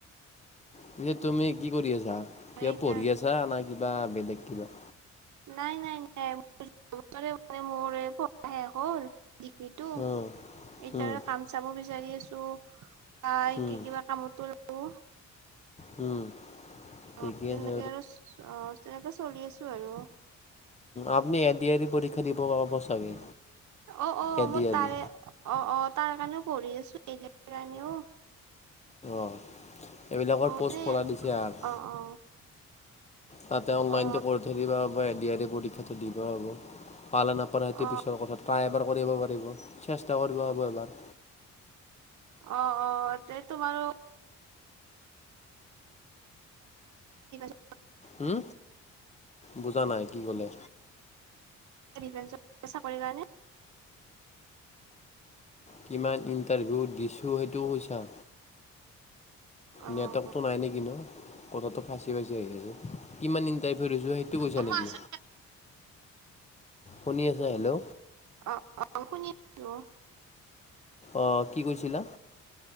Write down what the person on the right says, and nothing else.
হয়
দিয়া
নাই নাই নাই মানে মোৰ পঢ়া শেষ হ'ল ডিগ্ৰীটো
এতিয়া
কাম চামো বিচাৰি আছো। আহ
একে কিবা কামতো ৰো
অ' তেনেকে
আৰু অ' তেনেকে চলি আছো আৰু।
অ' অ'
মই
তাৰে
অ' তাৰ কাৰণেও পঢ়ি আছোঁ। এইতি কাৰণেও
অ মানে
অ অ
অ
অ
অ' অ তে তোমাৰ <inaudible>
ডিফেন্সৰ চাকৰিৰ কাৰণে
অ
অ
অ
মই আছো
অ' অ' শুনি আছোঁ।